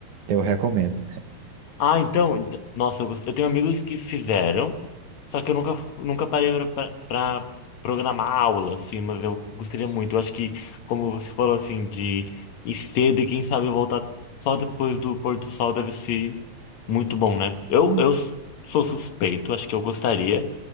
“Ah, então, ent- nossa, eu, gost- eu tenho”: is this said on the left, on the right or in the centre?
Left